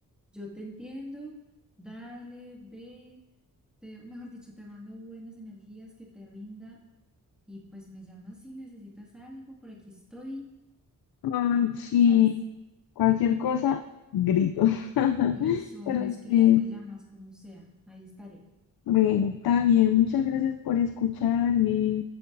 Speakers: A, in the centre; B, on the left.
A: yo te entiendo, dale, ve, te, mejor dicho, te mando buenas energías, que te rinda y pues me llamas si necesitas algo, por aquí estoy,
B: Ay, sí.
A: tú sabes.
B: Cualquier cosa, grito. <laughs>
A: Y eso,
B: Pero
A: me escribes,
B: sí,
A: me llamas, como sea, ahí estaré.
B: bueno, está bien. Muchas gracias por escucharme.